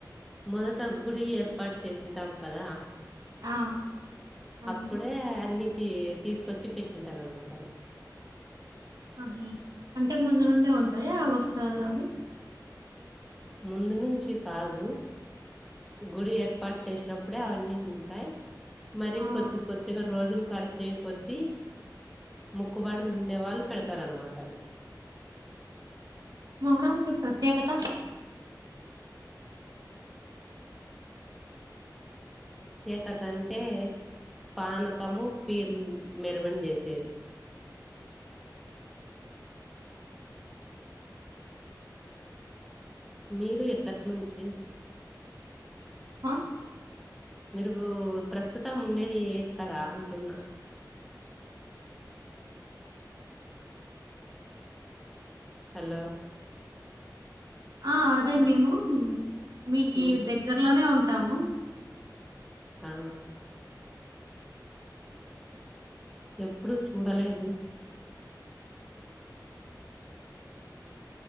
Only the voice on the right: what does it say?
ఆ అవును
ఆహా అంటే ముందు నుండే ఉంటాయ ఆ వస్త్రాలు అవి
ఆ
మొహరం కి ప్రత్యేకత
ఆ
ఆ అదే మేము మీకి
దగ్గరలోనే ఉంటాము